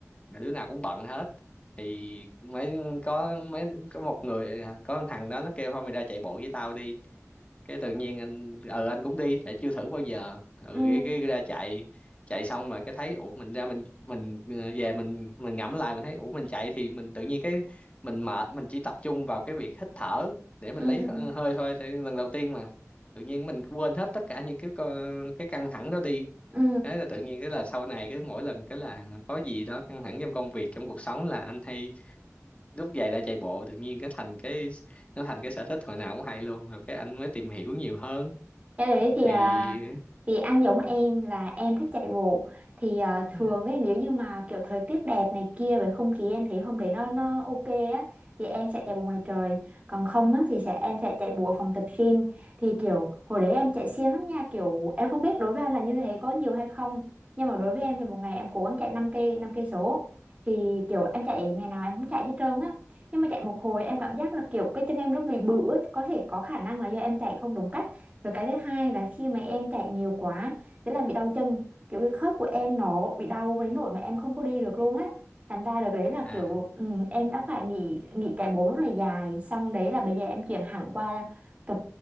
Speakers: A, on the left (about 25°); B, on the right (about 25°).
A: mà đứa nào cũng bận hết thì mấy có mấy có một người à, có một thằng đó nó kêu thôi mày ra chạy bộ với tao đi cái tự nhiên anh ừ anh cũng đi tại chưa thử bao giờ ừ
B: ừ
A: cái cái ra chạy chạy xong mà cái thấy ủa mình ra mình mình ờ, về mình mình ngẫm lại mình thấy ủa mình chạy thì mình tự nhiên cái mình mệt mình chỉ tập trung vào cái việc hít thở để mình
B: ừ
A: lấy h- hơi thôi thì lần đầu tiên mà tự nhiên mình quên hết tất cả những cái co- cái căng thẳng đó đi
B: ừ
A: thế là tự nhiên cái là sau này cái mỗi lần cái là có gì đó căng thẳng trong công việc trong cuộc sống là anh hay lúc về lại chạy bộ tự nhiên cái thành cái nó thành cái sở thích hồi nào cũng hay luôn rồi cái anh mới tìm hiểu nhiều hơn
B: Cái đấy thì à,
A: thì
B: thì anh giống em là em thích chạy bộ thì à,
A: <laughs>
B: thường ấy nếu như mà kiểu thời tiết đẹp này kia về không khí em thấy hôm đấy nó nó ok á thì em sẽ chạy bộ ngoài trời còn không á thì sẽ em sẽ chạy bộ ở phòng tập gym thì kiểu hồi đấy em chạy siêng lắm nha kiểu em không biết đối với anh là như thế có nhiều hay không nhưng mà đối với em thì một ngày em cố gắng chạy năm cây năm cây số thì kiểu em chạy ngày nào em cũng chạy hết trơn á nhưng mà chạy một hồi em cảm giác là kiểu cái chân em nó bị bự á, có thể có khả năng là do em chạy không đúng cách và cái thứ hai là khi mà em chạy nhiều quá thế là bị đau chân kiểu cái khớp của em nó bị đau với nỗi mà em không có đi được luôn á thành ra được đấy là
A: à
B: kiểu ừ, em đã phải nghỉ nghỉ chạy bộ rất là dài xong đấy là bây giờ em chuyển hẳn qua tập